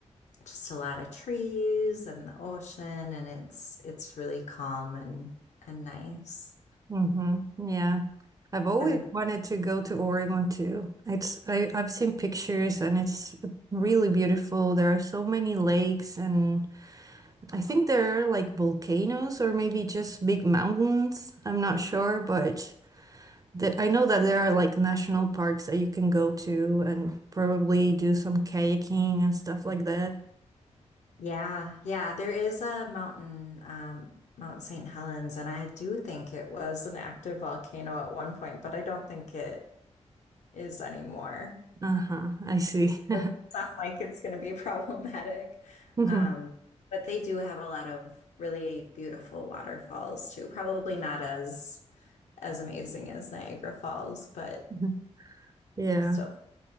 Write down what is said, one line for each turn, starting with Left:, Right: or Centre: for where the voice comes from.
Left: just a lot of trees and the ocean, and it's it's really calm and and nice.
Right: Mm-hmm. Yeah. I've always
Left: Have you been?
Right: wanted to go to Oregon too. It's I, I've seen pictures and it's really beautiful. There are so many lakes and I think there are like volcanoes or maybe just big mountains. I'm not sure, but the, I know that there are like national parks that you can go to and probably do some kayaking and stuff like that.
Left: Yeah, yeah, there is a mountain, um, Mount St. Helens, and I do think it was an active volcano at one point, but I don't think it is anymore.
Right: Uh-huh, I see.
Left: It
Right: <laughs>
Left: not like it's going to be <laughs> problematic.
Right: Mhm,
Left: Um, but they do have a lot of really beautiful waterfalls too. Probably not as as amazing as Niagara Falls, but
Right: mhm. Yeah,
Left: so